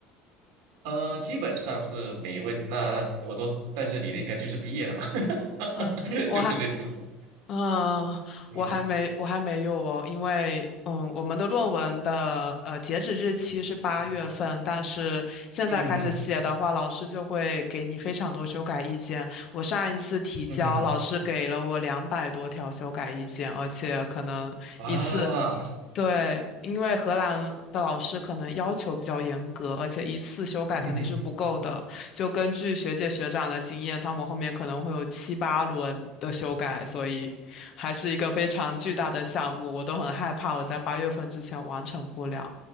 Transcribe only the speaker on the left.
嗯，我还
嗯，
我还没我还没有哦，因为嗯，我们的论文的呃截止日期是八月份，
但是现在开始写的话，
老师就会给你非常多修改意见。我上一次提交，
老师给了我两百多条修改意见，而且可能一次。
对，因为荷兰的老师可能要求比较严格，而且一次修改肯定是不够的。
就根据学姐学长的经验，他们后面可能会有七八轮的修改，所以还是一个非常巨大的项目。我都很害怕我在八月份之前完成不了。